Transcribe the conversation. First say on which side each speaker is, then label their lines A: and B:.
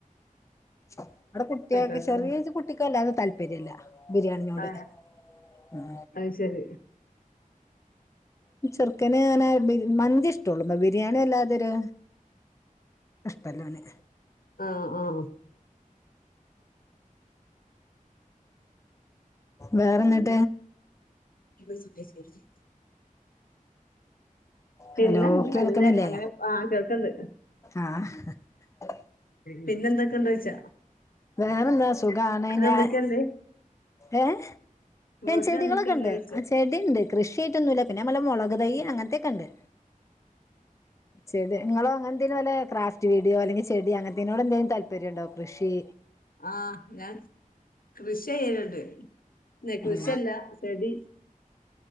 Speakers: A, on the left; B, on the left.
A: അവിടെ കുട്ടിയാക്ക്
B: റൈസ്
A: ചെറിയ കുട്ടിക്കല്ലാതെ താല്പര്യമില്ല ബിരിയാണിനോട്
B: ആഹ്
A: ആ
B: അത് ശരി
A: ഈ ചെറുക്കന് അങ്ങനെ ബി മന്തി ഇഷ്ടോള്ളു ബിരിയാണി വല്ലാതൊ രു ഇഷ്ടല്ല ഓന്
B: ആ ആ
A: വേറെയെന്നാ
B: യ്യ് പൊയ് സുബഹിസ്കരിക്ക് പിന്നെന്ത്
A: ഹലോ കേൾക്കണില്ലേ
B: നല്ല അങ്ങനെ ആഹ് കേൾക്കണ്ട്
A: ആ <unintelligible>
B: പിന്നെ എന്തൊക്കെ ണ്ട് ഓയിച്ച
A: വേറെന്താ സുഖാണ് ഞാൻ
B: എന്തൊക്കെയല്ലേ
A: ഏഹ്
B: വീട്ടിൽ
A: ചെടികളൊക്കെണ്ട്
B: എന്തൊക്കെയല്ലോയ്ച്ചാ
A: ചെടിണ്ട് കൃഷ്യാട്ട് ഒന്നുല പിന്നെ വല്ല മൊള തൈ അങ്ങനത്തൊക്കെ ഉണ്ട് ചെടി നിങ്ങളോ അങ്ങനത്തും പോലെ ക്രാഫ്റ്റ് വീഡിയോ അല്ലെങ്കിൽ ചെടി അങ്ങനത്തേട് എന്തെങ്കിലും താല്പര്യം ഉണ്ടോ കൃഷി?
B: ആഹ ഞാൻ കൃഷി ചെയ്യലുണ്ട്. നെ കൃഷില്ല
A: ഉം
B: ചെടി.